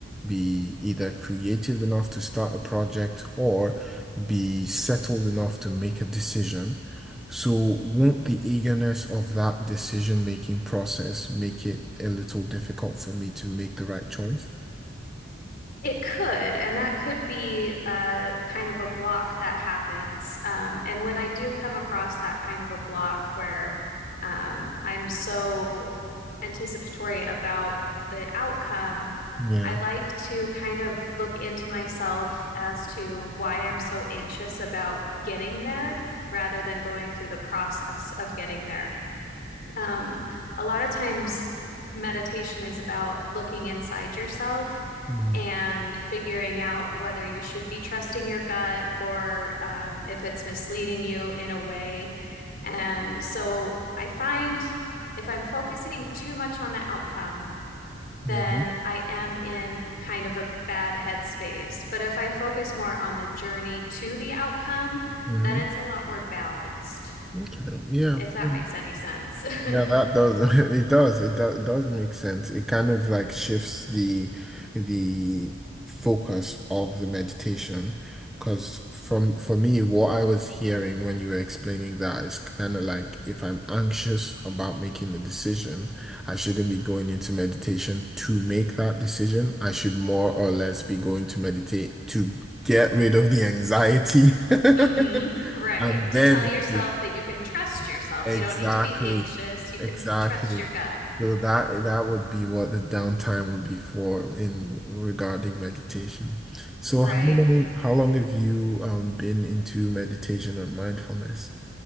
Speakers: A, in the centre; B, on the left (about 50°).
A: be either creative enough to start a project or be settled enough to make a decision. So, won't the eagerness of that decision-making process make it a little difficult for me to make the right choice?
B: It could, and that could be uh, kind of a block that happens. Um, and when I do come across that kind of a block where um, I'm so anticipatory about the outcome,
A: Yeah.
B: I like to kind of look into myself as to why I'm so anxious about getting there rather than going through the process of getting there. Um, a lot of times, meditation is about looking inside yourself
A: Mm.
B: and figuring out whether you should be trusting your gut or um, if it's misleading you in a way. And so I find if I'm focusing too much on the outcome,
A: Yeah.
B: then I am in kind of a bad headspace. But if I focus more on the journey to the outcome,
A: hmm
B: then it's a lot more balanced,
A: Okay. Yeah.
B: if that
A: yeah.
B: makes any sense. <laughs>
A: Yeah, that does <laughs> it does it does, does make sense. It kind of like shifts the the focus of the meditation because from for me what I was hearing when you were explaining that is kind of like if I'm anxious about making a decision, I shouldn't be going into meditation to make that decision. I should more or less be going to meditate to get rid of the anxiety. <laughs>
B: Mm-hmm. Right.
A: And
B: To
A: then
B: tell yourself that you can trust yourself.
A: Exactly,
B: You don't need to be anxious. You
A: exactly.
B: can trust your gut.
A: So that that would be what the downtime would be for in regarding meditation. So
B: Right.
A: how long how long have you um been into meditation and mindfulness?